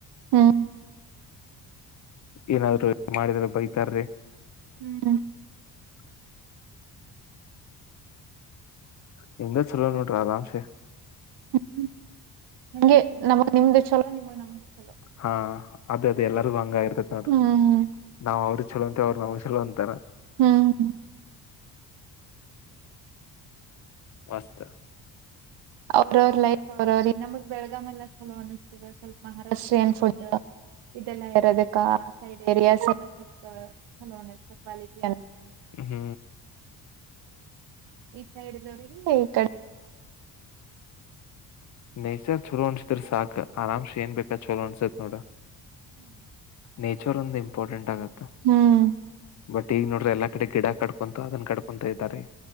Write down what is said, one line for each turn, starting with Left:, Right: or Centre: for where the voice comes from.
Right: ಹ್ಮ್
Left: ಏನಾದ್ರು ಮಾಡಿದ್ರೆ ಬೈತಾರ್ರಿ.
Right: ಹ್ಮ್
Left: <inaudible> ನಿಮ್ದ ಚುಲೊ ನೋಡ್ರಿ ಆರಾಮಸೆ.
Right: ಹ್ಮ್ ಹಗೆ ನಮಗ್ ನಿಮ್ದ ಚಲೋ ನಿಮಗ್ ನಮ್ದ.
Left: ಹಾ ಅದ ಅದೆ ಎಲ್ಲರಿಗು ಹಂಗ ಆಗರ್ತೇತಿ ನೋಡ್ರಿ
Right: ಹ್ಮ್
Left: ನಾವ್ ಅವ್ರಿ ಚಲೋ ಅಂತೆವೆ ಅವ್ರ ನಮ ಚಲೋ ಅಂತಾರ.
Right: ಹ್ಮ್
Left: ವಸ್ತ
Right: ಅವ್ರವ್ರ ಲೈಫ ಅವರವ್ರ ನಮಗ್ ಬೆಳಗಾವ ಎಲ್ಲಾ ಚಲೋ ಅನಿಸ್ತದ ಸ್ವಲ್ಪ ಮಹಾರಾಷ್ಟ್ರಯನ್ ಫುಡ್ ಇದೆಲ್ಲಾ ಇರೋದಕ್ಕ ಸೈಡ್ ಏರಿಯಾಸ್ ಎಲ್ಲ ಸ್ವಲ್ಪ ಚಲೋ ಅತ ಕ್ವಾಲಿಟಿ ಅನಸತ
Left: ಹ್ಮ್
Right: ಈ ಸೈಡ್ ದವ್ರಿಗೆ ಇ ಕಡೆ
Left: ನೇಚರ್ ಚಲೋ ಅನ್ಸದ್ರ ಸಾಕ ಆರಾಮ್ಸ ಏನ್ ಬೇಕ ಚಲೋ ಅಣಸತ್ ನೋಡ ನೇಚರ್ ಒಂದ ಇಂಪಾರ್ಟೆಂಟ್ ಆಗತ್ತ.
Right: ಹ್ಮ್
Left: ಬಟ್ ಈಗ ನೋಡ್ರಿ ಎಲ್ಲಾ ಕಡೆ ಗಿಡ ಕಡ್ಕೊಂತು ಅದನ್ನ ಕಡ್ಕೊಂತ ಇದಾರಿ.